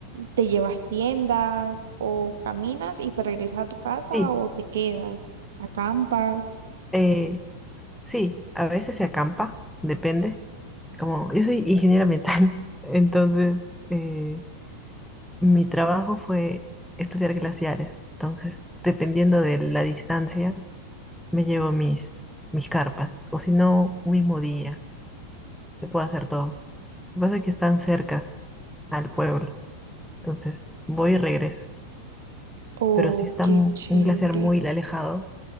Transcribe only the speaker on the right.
te llevas tiendas o caminas y te regresas a tu casa
o te quedas, acampas.
Oh,
qué
chévere.